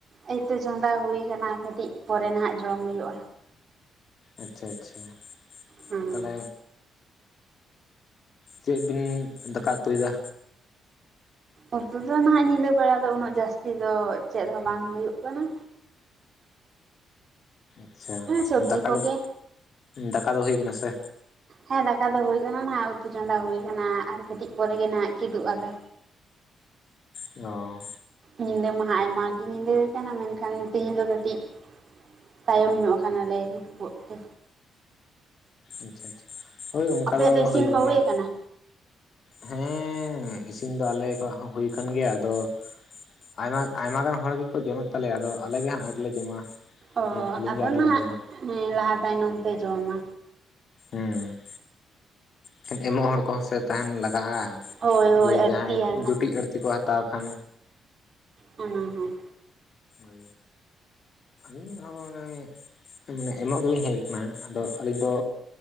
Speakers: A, on the right; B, on the left.
A: ᱮᱭᱛᱳ ᱪᱚᱸᱫᱟ ᱦᱩᱭ ᱠᱟᱱᱟ ᱠᱟᱹᱴᱤᱡ ᱯᱚᱨᱮ ᱱᱟᱦᱟᱜ ᱡᱚᱢ ᱦᱩᱭᱩᱜ-ᱟ᱾
B: ᱟᱪᱪᱷᱟ ᱟᱪᱪᱷᱟ᱾
A: ᱦᱩᱸ᱾
B: ᱛᱟᱦᱚᱞᱮ ᱪᱮᱫ ᱵᱤᱱ ᱫᱟᱠᱟ ᱩᱛᱩᱭ ᱫᱟ?
A: ᱩᱛᱩ ᱫᱚ ᱱᱟᱦᱟᱜ ᱧᱤᱫᱟᱹ ᱵᱮᱲᱟ ᱫᱚ ᱩᱱᱟᱹᱜ ᱡᱟᱹᱥᱛᱤ ᱫᱚ ᱪᱮᱫ ᱦᱚᱸ ᱵᱟᱝ ᱦᱩᱭᱩᱜ ᱠᱟᱱᱟ᱾
B: ᱟᱪᱪᱷᱟ
A: ᱥᱚᱵᱽᱡᱤ
B: ᱟᱨ ᱫᱟᱠᱟ
A: ᱠᱚᱜᱮ
B: ᱠᱚᱫ ᱫᱟᱠᱟ ᱫᱚ ᱦᱩᱭ ᱠᱟᱱᱟ ᱥᱮ?
A: ᱦᱮᱸ ᱫᱟᱠᱟ ᱫᱚ ᱦᱳᱭ ᱠᱟᱱᱟ ᱱᱟᱦᱟᱜ, ᱩᱛᱩ ᱪᱚᱸᱫᱟ ᱦᱩᱭᱩᱭ ᱟᱠᱟᱱᱟ ᱟᱨ ᱠᱟᱹᱴᱤᱡ ᱯᱚᱨᱮ ᱜᱮ ᱱᱟᱦᱟᱜ ᱠᱤᱫᱩᱵ ᱟᱞᱮ᱾
B: ᱚ᱾
A: ᱧᱤᱫᱟᱹ ᱢᱟᱦᱟ ᱟᱭᱢᱟ ᱜᱮ ᱧᱤᱫᱟᱹᱣ ᱠᱟᱱᱟ᱾ ᱢᱮᱱᱠᱷᱟᱱ ᱛᱮᱦᱤᱧ ᱫᱚ ᱠᱟᱹᱴᱤᱡ ᱛᱟᱭᱚᱢ ᱧᱚᱜ ᱠᱟᱱᱟᱞᱮ ᱦᱤᱫᱩᱵᱚᱜ ᱛᱮ᱾
B: ᱟᱪᱪᱷᱟ ᱟᱪᱪᱷᱟ ᱦᱳᱭ ᱚᱱᱠᱟ
A: ᱟᱯᱮᱭᱟᱜ
B: ᱫᱚ
A: ᱤᱥᱤᱱ
B: ᱦᱩᱭᱩᱜ
A: ᱠᱚ
B: ᱜᱮᱭᱟ।
A: ᱦᱩᱭ ᱟᱠᱟᱱᱟ
B: ᱦᱮᱸ ᱤᱥᱤᱱ ᱫᱚ ᱟᱞᱮ ᱠᱚᱣᱟᱜ ᱦᱚᱸ ᱦᱩᱭ ᱟᱠᱟᱱ ᱜᱮᱭᱟ ᱟᱫᱚ ᱟᱭᱢᱟ ᱟᱭᱢᱟ ᱜᱟᱱ ᱦᱚᱲ ᱜᱮᱠᱚ ᱡᱚᱢᱮᱫ ᱛᱟᱞᱮᱭᱟ ᱟᱫᱚ ᱟᱞᱮᱜᱮ ᱦᱟᱸᱜ ᱟᱹᱣᱨᱤᱞᱮ ᱡᱚᱢᱟ᱾
A: ᱚ
B: ᱟᱹᱞᱤᱧ
A: ᱟᱫᱚ
B: ᱜᱮ ᱟᱹᱣᱨᱤ
A: ᱱᱟᱱᱟᱜ
B: ᱞᱤᱧ ᱡᱚᱢᱟ
A: ᱮᱸ ᱞᱟᱦᱟ ᱛᱟᱭᱱᱚᱢ ᱯᱮ ᱡᱚᱢᱟ᱾
B: ᱦᱮᱸ᱾ ᱠᱷᱟᱱ ᱮᱢᱚᱜ ᱦᱚᱲ ᱠᱚᱦᱚᱸ ᱥᱮ ᱛᱟᱦᱮᱱ ᱞᱟᱜᱟᱜᱼᱟ,
A: ᱦᱳᱭ ᱦᱳᱭ
B: ᱡᱮ
A: ᱟᱹᱲᱛᱤᱭᱟ
B: ᱡᱟᱦᱟᱸᱭ ᱡᱩᱴᱤᱡ ᱟᱹᱲᱛᱤ ᱠᱚᱭ ᱦᱟᱛᱟᱣ ᱠᱷᱟᱱ᱾
A: ᱦᱩᱸ ᱦᱩᱸ᱾
B: ᱦᱚᱭ᱾ ᱟᱹᱞᱤᱧ ᱦᱚᱸ ᱢᱟᱱᱮ ᱢᱟᱱᱮ ᱮᱢᱚᱜ ᱜᱮᱞᱤᱧ ᱦᱮᱡ ᱠᱟᱱᱟ ᱟᱫᱚ ᱟᱹᱞᱤᱧ ᱫᱚ